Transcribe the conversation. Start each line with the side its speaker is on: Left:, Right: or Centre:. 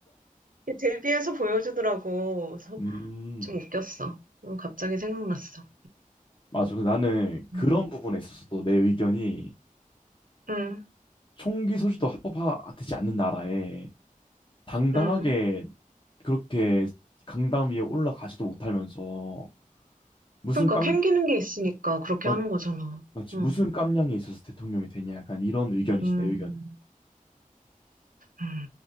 Right: <laughs> 데뷔해서 보여주더라고. 그래서
Left: 음,
Right: 좀 웃겼어. 어, 갑자기 생각났어.
Left: 맞아. 근데 나는 그런
Right: 응,
Left: 부분에 있어서도 내 의견이
Right: 응.
Left: 총기 소지도 합법화되지 않는 나라에 당당하게
Right: 응.
Left: 그렇게 강당 위에 올라가지도 못하면서 무슨
Right: 그러니까
Left: 깜,
Right: 캥기는 게 있으니까 그렇게
Left: 맞,
Right: 하는 거잖아.
Left: 맞지?
Right: 응.
Left: 무슨 깜냥이 있어서 대통령이 되냐? 약간 이런 의견이지,
Right: 음,
Left: 내 의견은.
Right: 음.